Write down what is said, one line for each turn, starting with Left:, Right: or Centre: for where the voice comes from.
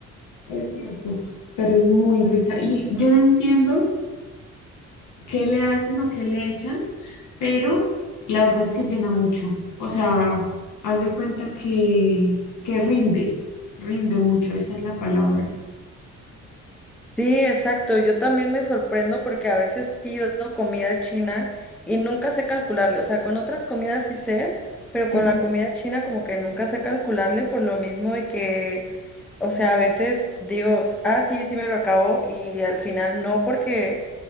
Left: es cierto, pero es muy rica. Y yo no entiendo qué le hacen o qué le echan pero la verdad es que llena mucho. O sea, haz de cuenta que, que rinde, rinde mucho, esa es la palabra.
Centre: Sí, exacto. Yo también me sorprendo porque a veces pido comida china y nunca sé calcularle. O sea, con otras comidas sí sé, pero con
Left: Ujú,
Centre: la comida china como que nunca sé calcularle por lo mismo de que O sea, a veces digo, ah, sí, sí me lo acabo y al final no porque,